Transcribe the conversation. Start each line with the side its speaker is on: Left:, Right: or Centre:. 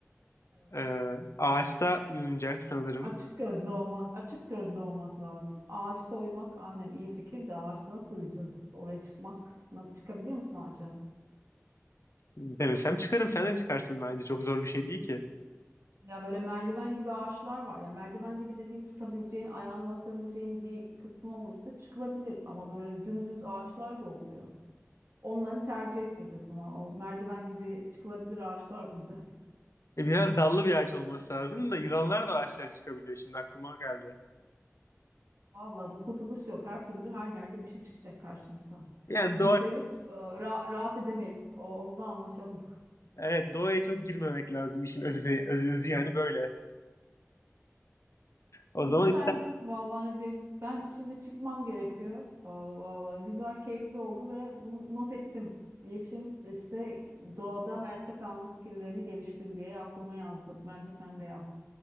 Right: Evet.
Left: Ee, ağaçta uyunacak sanırım.
Right: Açık gözlü olmak, açık gözlü olmak lazım. Ağaçta uyumak aynen iyi fikir de ağaçta nasıl uyuyacağız? Oraya çıkmak nasıl çıkabiliyor musun ağaca?
Left: Denesem çıkarım. Sen de çıkarsın bence. Çok zor bir şey değil ki.
Right: Ya böyle merdiven gibi ağaçlar var. Ya merdiven gibi dediğim tutabileceğin, ayağını basabileceğin bir kısmı olursa çıkılabilir. Ama böyle dümdüz ağaçlar da oluyor. Onları tercih etmeyeceğiz o zaman. O merdiven gibi çıkılabilir ağaçlar bulacağız.
Left: E, biraz dallı bir ağaç olması lazım da yılanlar da ağaçlara çıkabiliyor. Şimdi aklıma geldi.
Right: Vallahi bu kurtuluş yok. Her türlü her yerde bir şey çıkacak karşımıza.
Left: Yani
Right: Yüzde
Left: doğa
Right: yüz e, ra- rahat edemeyiz. O, onda anlaşalım.
Left: Evet, doğaya çok girmemek lazım işin özü, özü, özü yani böyle. O
Right: Güzel.
Left: zaman ister,
Right: Vallahi ne diyeyim. Ben şimdi çıkmam gerekiyor. Aa, Vallahi güzel, keyifli oldu ve bunu not ettim. Yeşim işte doğada hayatta kalma skilllerini geliştir diye aklıma yazdım. Bence sen de yaz.